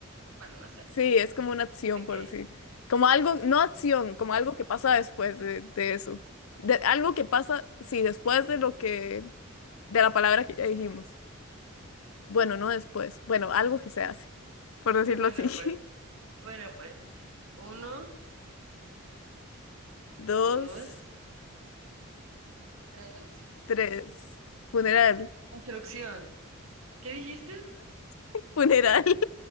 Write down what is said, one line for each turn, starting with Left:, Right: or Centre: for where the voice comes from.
Right: Bueno, no sé.
Left: Sí, es como una acción,
Right: Ok.
Left: por decir. Como algo,
Right: <laughs>
Left: no acción, como algo que pasa después de, de eso. De, algo que pasa, sí, después de lo que, de la palabra que ya dijimos. Bueno, no después. Bueno, algo que se hace, por
Right: Bueno,
Left: decirlo así.
Right: pues, bueno, pues. Uno,
Left: <laughs> Dos,
Right: dos, tres.
Left: tres. Funeral.
Right: Destrucción. ¿Qué dijiste?
Left: <laughs> Funeral.